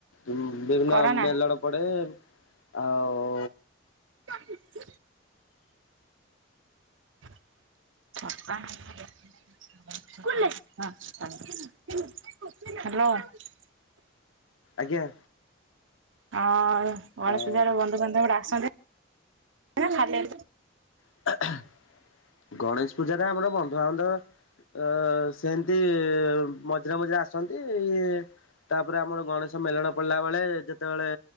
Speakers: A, on the left; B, on the right.
A: ଉମ୍ ବିଭିନ୍ନ
B: କରନା
A: ମେଲଣ ପଡେ ଆଉ
B: <unintelligible> <unintelligible> ର।
A: ଆଜ୍ଞା।
B: ହଁ ଗଣେଶ
A: ଆଉ
B: ପୂଜାରେ ବନ୍ଧୁବାନ୍ଧବ ଡାକୁସନ୍ତି ନା, ଖାଲି
A: <inaudible> ଗଣେଶ ପୂଜାରେ ଆମର ବନ୍ଧୁଆବାନ୍ଧବ ଅ ସେନ୍ତି ମଝିରେ ମଝିରେ ଆସନ୍ତି, ଇଏ ତାପରେ ଆମର ଗଣେଶ ମେଲଣ ପଡିଲା ବେଳେ ଯେତେବେଳେ